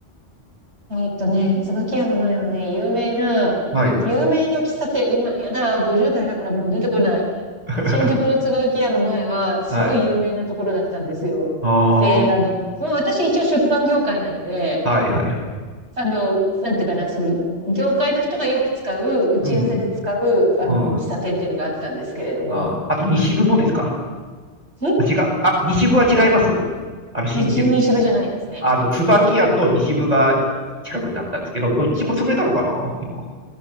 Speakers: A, on the right (about 75°); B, on the right (about 35°).
A: えーっとね、椿屋の前はね、有名な、
B: はい。
A: 有名な喫茶店、今、やだ、50代だからもう出てこない。
B: <laughs>
A: 新宿の椿屋の前は、すごい有名なところだったんですよ。
B: はい。あ
A: で、
B: あ、は
A: あの、まあ、私一応出版業界なので、
B: いはいはい。
A: あの、なんていうかな、その、業界の人がよく使う、打ち合わせで使う、
B: うん、
A: あの、
B: うん。
A: 喫茶店っていうのがあったんですけれども、
B: あ、あと西部もですか
A: ん
B: あ、違う。あ、西部は違いますあの、新宿、
A: 日、西部じゃないですね。
B: あの、椿屋と西部が近くにあったんですけど、どっちも潰れたのかな今。